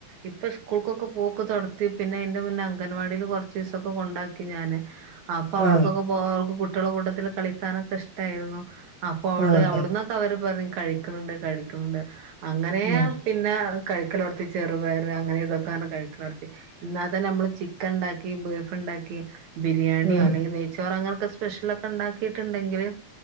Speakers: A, on the right; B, on the right.
A: ഇപ്പൊ സ്കൂൾക്കൊക്കെ പോക്ക് തൊടത്തി പിന്നെ അയിന്റെ മുന്നേ അങ്കൻവാടില് കൊറച്ചീസൊക്കെ കൊണ്ടാക്കി ഞാന് അപ്പൊ അവിടക്കൊക്കെ
B: ആഹ്
A: ആഹ് അവൾക്ക് കുട്ട്യേള കൂട്ടത്തില് കളിക്കാനൊക്കെ ഷട്ടായിരുന്നു. അപ്പോ
B: ആഹ്
A: വള് അവിടന്നൊ
B: ആഹ്
A: അവര് പറഞ്ഞഞ് കഴിക്കണണ്ട് കഴിക്കണണ്ട് അങ്ങനെ
B: ഉം
A: പിന്നെ കഴിക്കലൊടത്തി ചെറു പയറ് അങ്ങനെ ഇതൊക്കെ കഴിക്കലൊടത്തി ഇന്നാ തന്നെ നമ്മള് ച്ചി ക്കൻ ണ്ടാക്കി ബീഫ് ണ്ടാക്കി ബിരിയാണിയോ
B: ഉം
A: അല്ലെങ്കി നെയ്ച്ചോറ ങ്ങനൊക്കെ സ്പെഷ്യലൊക്കെ ണ്ടാക്കി കീട്ടുണ്ടെങ്കില്